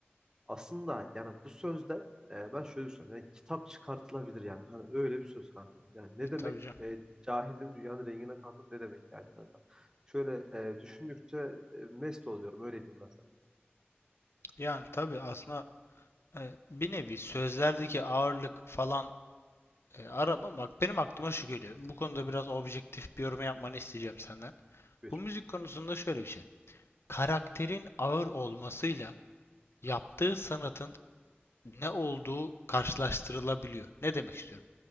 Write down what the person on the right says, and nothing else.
aslında yani bu sözden e, ben şöyle söylüyorum. Yani kitap çıkartılabilir yani. Hani öyle bir söz kanka. Yani ne
demek?
E, cahilim dünyanın rengine kandım ne demek yani kanka? Şöyle e, düşündükçe e, mest oluyorum. Öyle diyeyim ben sana.
Buyur.